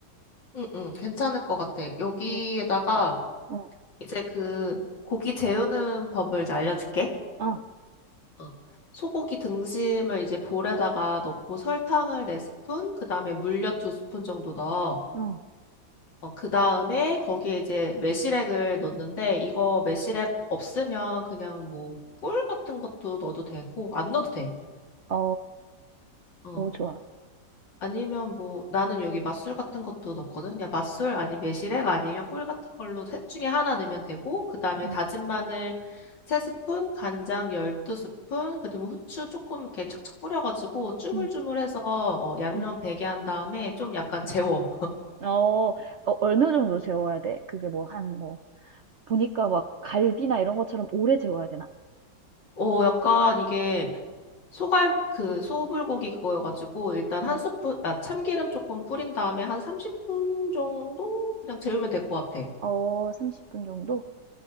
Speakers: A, on the left; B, on the right.
A: 응, 응, 괜찮을 것 같아. 여기에다가
B: 어, 어,
A: 이제 그 고기 재우는 법을 이제 알려줄게.
B: 어,
A: 어, 소고기 등심을 이제 볼에다가 넣고 설탕을 네스푼 그다음에 물엿 두스푼 정도 넣어.
B: 어,
A: 어, 그 다음에 거기에 이제 매실액을 넣는데 이거 매실액 없으면 그냥 뭐 꿀 같은 것도 넣어도 되고 안 넣어도 돼.
B: 어,
A: 어.
B: 오, 좋아.
A: 아니면 뭐 나는 여기 맛술 같은 것도 넣거든. 그냥 맛술 아니면 매실액 아니면 꿀 같은 걸로 셋 중에 하나 넣으면 되고 그 다음에
B: 음,
A: 다진 마늘 3스푼, 간장 12스푼, 그다음에 후추 조금 이렇게 척척 뿌려가지고 쭈물쭈물해서
B: 음,
A: 어, 양념
B: 음,
A: 배게 한 다음에 좀 약간
B: 음.
A: 재워.
B: 어, 어, 어느 정도 재워야 돼? 그게 뭐 한, 뭐, 보니까 막 갈비나 이런 것처럼 오래 재워야 되나?
A: 어, 약간 이게 소갈 그 소불고기 그거여가지고 일단 한
B: 응.
A: 스푼 아 참기름 조금 뿌린 다음에 한 30분 정도 그냥 재우면 될 것 같아.
B: 어, 30분 정도?